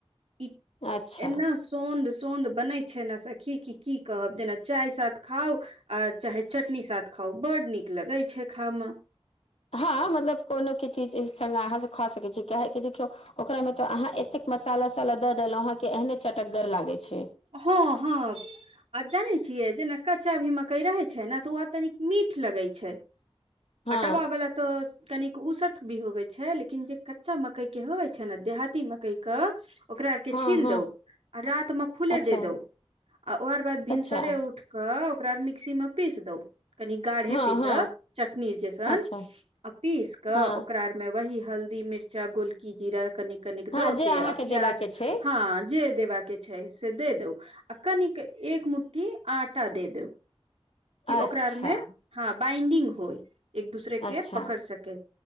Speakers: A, on the right; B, on the left.
A: ई
B: अच्छा
A: एना सौद सोंध बनै छै नऽ सखी की कहब जेना चाय साथ खाउ आ चाहे चटनी साथ खाउ बड नीक लगैत छै खामे
B: हँ मतलब कोनो केी चीज संग अहाँ से खा सकै छी काहेि देखियौ ओकरा में तो अहाँ एतेक मसाला वसाला द देलहुं हें एहने चटक गर लागे छै
A: हँ हँ जानै छियै जेना कच्चा भी मक्कई रहै छै ने तऽ ओ तनिक मीठ लगै छै
B: हँ
A: आ टाबा बला तऽ कनिक उसठ भी होवै छै लेकिन जे कच्चा मक्कईके होवै छै नऽ देहाती मकईके ओकरा आर के
B: हँ
A: छील
B: हँ
A: दउ। आ रात में फूले
B: अच्छा
A: दे दो आ आओर बाद भिनसरे
B: अच्छा
A: उठ कऽ ओकरा मिक्सी मे पीस दउ। कनि गाढ़े
B: हँ
A: पीसब
B: हँ
A: चटनी जैसन,
B: अच्छा
A: आ पीस कऽ
B: हँ
A: ओकरा में वही हल्ी मिर्चा गोलकी जीरा कनीिक कनिक
B: हँ
A: द
B: जे
A: के
B: अहाँके
A: आ प्याज
B: देबाक छै
A: हँ जे देबा के छै से दे दौ आ कनिक एक मुठ्ठी आटा दे दौ कि
B: अच्छा
A: ओकरा आर मे हँ बाइंडिंग होय एक दूसरे
B: अच्छा
A: के पकड़ सकै